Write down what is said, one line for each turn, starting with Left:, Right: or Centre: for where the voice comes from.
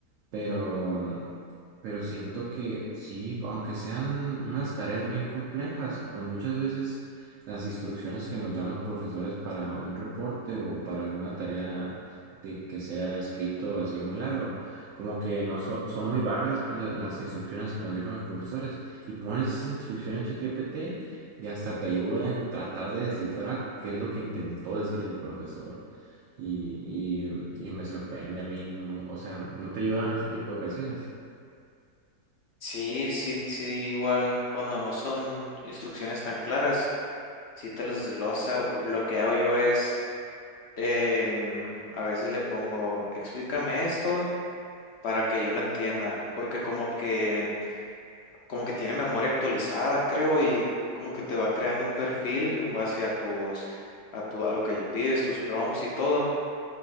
Right: Pero, pero siento que sí, aunque sean unas tareas bien complejas, o muchas veces las instrucciones que nos dan los profesores para un reporte o para alguna tarea de que sea escrito así muy largo. Como que no so- son muy vagas pues, la- las instrucciones que nos dejan los profesores. Y pones esa instrucción en ChatGPT y hasta te ayuda en tratar de descifrar qué es lo que intentó decir el profesor. Y, y, y me sorprende a mí, no, o sea, no te ayudan en ese tipo de ocasiones.
Left: Sí, sí, sí, igual cuando no son instrucciones tan claras, sí te los desglosa. Lo que hago yo es Em, a veces le pongo, explícame esto para que yo lo entienda, porque como que, como que tiene memoria actualizada, creo, y como que te va creando un perfil en base a tus, a tu, a lo que le pides, tus prompts y todo,